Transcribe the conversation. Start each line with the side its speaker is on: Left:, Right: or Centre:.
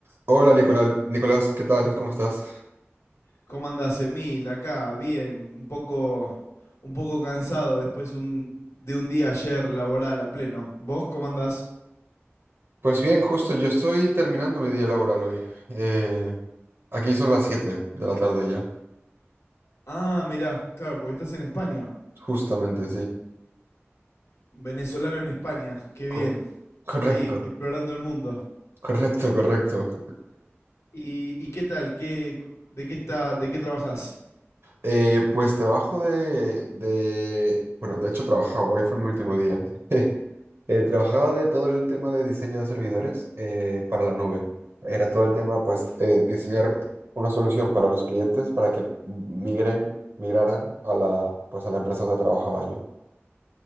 Right: Hola Nicolás, Nicolás, ¿qué tal? ¿Cómo estás?
Left: ¿Cómo andás, Emil? Acá, bien, un poco, un poco cansado después un- de un día ayer laboral a pleno. ¿Vos cómo andás?
Right: Pues bien, justo yo estoy terminando mi día laboral hoy. Eh, aquí son las 7 de la tarde ya,
Left: Ah, mirá, claro, porque estás en España.
Right: justamente, sí.
Left: Venezolano en España, qué bien.
Right: Cor- correcto,
Left: Ahí, explorando el mundo.
Right: correcto, correcto.
Left: ¿Y, y qué tal? ¿Qué, de qué está, de qué trabajás?
Right: Eh, pues trabajo de, de- Bueno, de hecho trabajaba, hoy fue mi último día. <laughs> Eh, trabajaba de todo el tema de diseño de servidores eh, para la nube. Era todo el tema, pues, eh, diseñar una solución para los clientes para que migren, migraran a la, pues, a la empresa donde trabajaba yo.